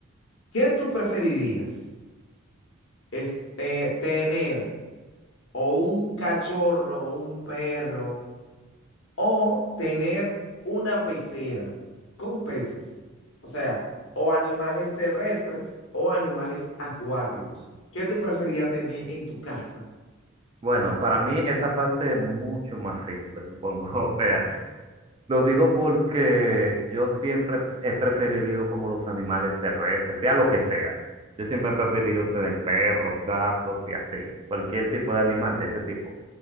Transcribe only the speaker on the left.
¿Qué tú preferirías? Este, tener o un cachorro, un perro, o tener una pecera con peces. O sea, o animales terrestres o animales acuáticos. ¿Qué tú preferirías tener en tu casa?